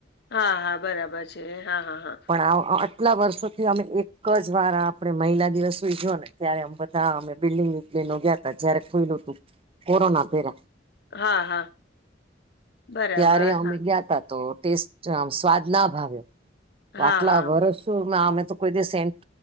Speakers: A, on the left; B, on the right.
A: હા હા બરાબર છે હા હા હા.
B: પણ અ અ આટલા વર્ષોથી અમે એક જ વાર આપડે મહિલા દિવસ ઉજવ્યોને ત્યારે આમ બધા અમે બિલ્ડીંગ વિંગ ડી ના ગયા તા જયારે ખોયલુ તું કોરોના પેલા.
A: હા હા બરાબર
B: ત્યારે અમે
A: હા
B: ગયા તા તો ટેસ્ટ આમ સ્વાદ ના ભાવયો તો
A: હા
B: આટલા
A: હા
B: વર્ષ તો અમે તો કોઈ દી સેન્ટ